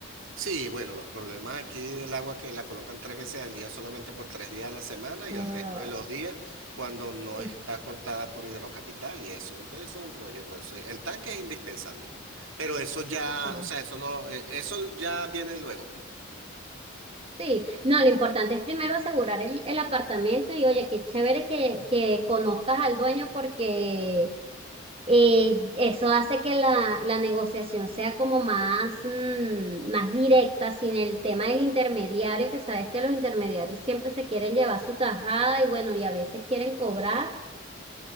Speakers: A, on the right; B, on the right.
A: Sí, bueno, los problemas aquí del agua que la colocan tres veces al día solamente por tres días a la semana y
B: Ah,
A: el resto de los días cuando no
B: eh,
A: está cortada por Hidrocapital y eso. Entonces eso es un rollo. Entonces, el tanque es indispensable. Pero eso ya,
B: sí.
A: o sea, eso no, eh, eso ya viene luego.
B: Sí, no, lo importante es primero asegurar el, el apartamento y oye, qué chévere que, que conozcas al dueño porque eh, eso hace que la, la negociación sea como más, mm, más directa, sin el tema del intermediario, que sabes que los intermediarios siempre se quieren llevar su tajada y bueno, y a veces quieren cobrar.